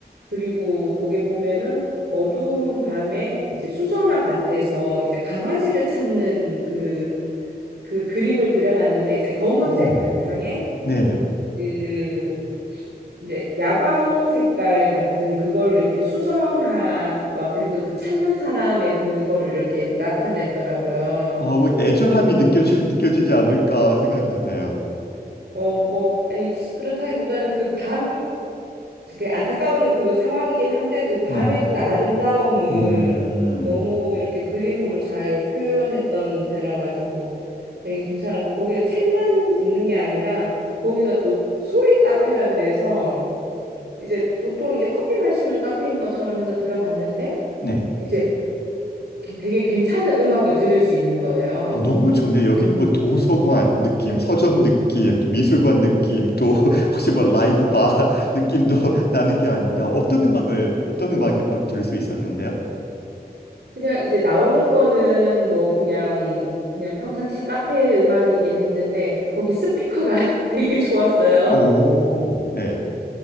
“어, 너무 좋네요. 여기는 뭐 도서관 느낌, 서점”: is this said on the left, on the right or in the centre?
Left